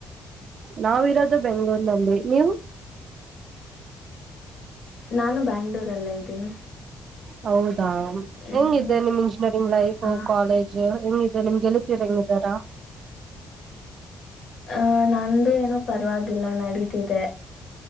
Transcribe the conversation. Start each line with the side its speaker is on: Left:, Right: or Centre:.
Right: ನಾವಿರೋದು ಬೆಂಗ್ಳೂರ್ನಲ್ಲಿ ನೀವು
Left: ನಾನು ಬ್ಯಾಂಗ್ಳೂರಲ್ಲೇ ಇದ್ದೀನ್
Right: ಹೌದಾ
Left: ಹ್ಮ್
Right: ಹೆಂಗಿದೆ ನಿಮ್ ಇಂಜಿನಿಯರಿಂಗ್ ಲೈಫು
Left: ಹ
Right: ಕಾಲೇಜು ಹೆಂಗಿದೆ ನಿಮ್ ಗೆಲಿತೀರ ಹೆಂಗಿದಾರಾ
Left: ಆಂ ನಂದೇ ಏನೋ ಪರವಾಗಿಲ್ಲ ನಡೀ ತಿದೆ